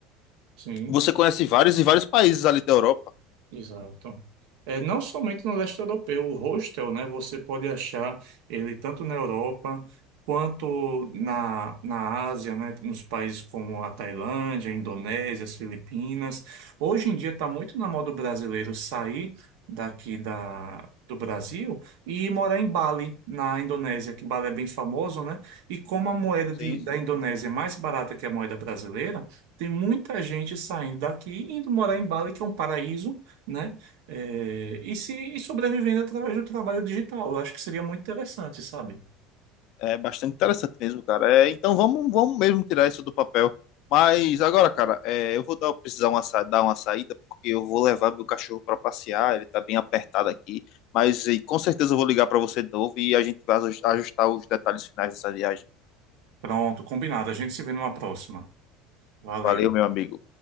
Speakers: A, on the right; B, on the left.
A: Sim.
B: Você conhece vários e vários países ali da Europa.
A: Exato. É, não somente no leste europeu, o hostel, né, você pode achar ele tanto na Europa quanto na, na Ásia, né, nos países como a Tailândia, a Indonésia, as Filipinas. Hoje em dia está muito na moda o brasileiro sair daqui da, do Brasil e morar em Bali, na Indonésia, que Bali é bem famoso, né? E como a moeda
B: Sim,
A: de, da
B: sim.
A: Indonésia é mais barata que a moeda brasileira, tem muita gente saindo daqui e indo morar em Bali, que é um paraíso né? É, e se e sobrevivendo através do trabalho digital. Eu acho que seria muito interessante, sabe?
B: É bastante interessante mesmo, cara. É, então vamos, vamos mesmo tirar isso do papel. Mas agora, cara, é, eu vou dar, precisar uma, sa- dar uma saída, porque eu vou levar meu cachorro para passear, ele tá bem apertado aqui. Mas e, com certeza eu vou ligar para você de novo e a gente vai aju- ajustar os detalhes finais dessa viagem.
A: Pronto, combinado. A gente se vê numa próxima. Valeu.
B: Valeu, meu amigo.